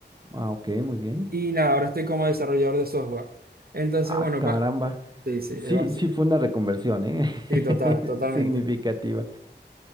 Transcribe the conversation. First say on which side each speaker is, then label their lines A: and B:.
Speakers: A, on the right; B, on the right.
A: Ah, ok, muy bien.
B: y nada, ahora estoy como desarrollador de software. Entonces,
A: Ah,
B: bueno,
A: caramba.
B: ba- sí, sí,
A: Sí,
B: es básico.
A: sí fue una reconversión, ¿eh?
B: Sí, total,
A: <laughs>
B: totalmente.
A: Significativa.